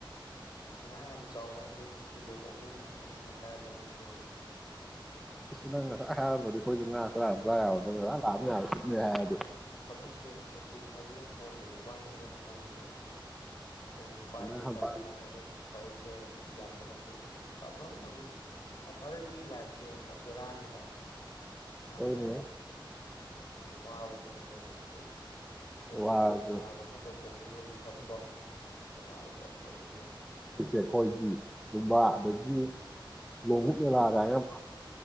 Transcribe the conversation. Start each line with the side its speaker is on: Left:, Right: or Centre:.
Left: ꯑꯁ ꯉꯥ ꯌꯥꯝ ꯆꯥꯎꯕ ꯅꯠꯇꯦ ꯀꯤꯂꯣ ꯑꯍꯨꯝ ꯑꯅꯤ ꯃꯈꯥꯏ ꯑꯋꯥꯏ ꯌꯧꯔꯦ
Centre: ꯏꯁ ꯅꯪ ꯉꯁꯥꯏ ꯍꯥꯏꯔꯃꯗꯤ ꯑꯩꯈꯣꯏꯁꯨ ꯉꯥ ꯆꯔꯥ ꯆꯥ ꯌꯥꯎ ꯅꯪ ꯉꯥꯛ ꯂꯥꯛꯑ ꯌꯥꯔ ꯁꯤꯠꯅꯦ ꯍꯥꯏꯔꯗꯤ
Left: ꯊꯕꯛꯁꯦ ꯆꯤꯟꯕꯗꯨꯗ ꯐꯣꯟꯒꯁꯦ ꯄꯥꯏꯅꯕ ꯐꯪꯗ꯭ꯔꯦ ꯐꯣꯟꯁꯦ ꯄꯥꯏꯒꯦ
Centre: ꯅꯪ ꯍꯧꯖꯤꯛ
Left: ꯇꯧꯔꯀꯥꯟꯗ ꯑꯗꯨꯝ ꯊꯕꯛꯁꯦ ꯌꯥꯁꯜꯂꯛ ꯑꯦ ꯐꯃꯔ ꯃꯃꯤꯠ ꯐꯃꯔꯒꯤ ꯂꯥꯏꯐꯁꯦ ꯕꯦꯔꯥꯅꯤꯗ ꯌꯥꯝꯅ
Centre: ꯍꯣꯏꯗꯦ
Left: ꯌꯥꯝ ꯋꯥꯕ ꯊꯕꯛꯅꯦꯕ ꯑꯁꯤ ꯑꯩꯈꯣꯏꯒꯤ
Centre: ꯋꯥꯔꯁꯨ
Left: ꯃꯦꯂꯥꯒꯨꯝꯕ ꯇꯧꯊꯣꯛꯈꯤ ꯕꯣꯏꯗꯤ ꯐꯕꯀꯣ ꯃꯦꯂꯥꯗ ꯇꯧꯗꯕꯤꯅꯦ
Centre: ꯁꯦ ꯑꯩꯈꯣꯏꯒꯤꯒꯨꯝꯕ ꯑꯗꯒꯤ ꯂꯕꯨꯨꯛꯅꯦ ꯂꯥꯛꯑꯒ
Left: ꯐꯤꯂꯝꯒꯨꯝꯕ
Centre: ꯌꯥꯝꯦ